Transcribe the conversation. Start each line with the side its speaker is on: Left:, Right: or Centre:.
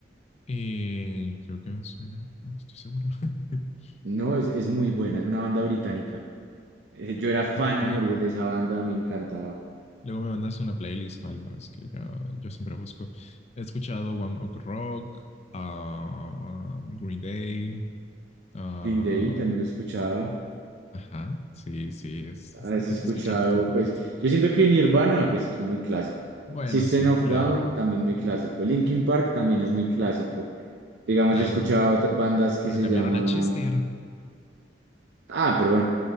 Left: Eh, creo que me suena, no estoy seguro. <laughs>
Right: No, es, es muy buena. Es una banda británica. Eh, yo era fan
Left: Ok,
Right: a morir de esa banda. Me encantaba.
Left: Luego me mandas una playlist o algo, es que yo, yo siempre busco. He escuchado One Ok Rock, ah, Green Day, ah,
Right: Green Day también lo escuchaba.
Left: ajá, sí, sí, es- es-
Right: Has
Left: intento
Right: escuchado,
Left: escucharte un poquito.
Right: pues, yo siento que Nirvana, pues, cl- muy clásico.
Left: Bueno,
Right: System
Left: sí,
Right: of
Left: claro,
Right: Down, también muy clásico. Linkin Park también es muy clásico. Digamos,
Left: claro,
Right: yo he escuchado otras bandas que
Left: pero
Right: se
Left: cambiaron
Right: llaman.
Left: a Chester.
Right: Ah, pero bueno,